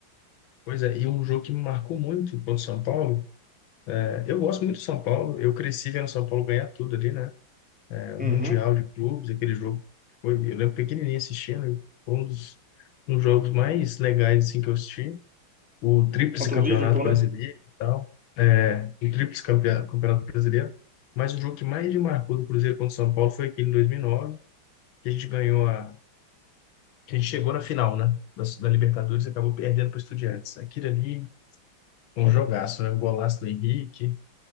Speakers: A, on the left; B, in the centre.
A: pois é, e um jogo que me marcou muito contra o São Paulo Eu gosto muito de São Paulo. Eu cresci vendo São Paulo ganhar tudo ali, né? É, o
B: Uhum.
A: Mundial de Clubes, aquele jogo. que Foi, eu lembro pequenininho assistindo. e Foi um dos, um dos jogos mais legais assim, que eu assisti. O tríplice
B: Contra
A: campeonato
B: o Liverpool,
A: brasileiro
B: né?
A: e tal. É, o tríplice campe- campeonato brasileiro. Mas o jogo que mais me marcou do Cruzeiro contra o São Paulo foi aquele em 2009, que a gente ganhou a... que a gente chegou na final, né? Da, da Libertadores e acabou perdendo para o Estudiantes. Aquilo ali, um jogaço, né? Um golaço do Henrique.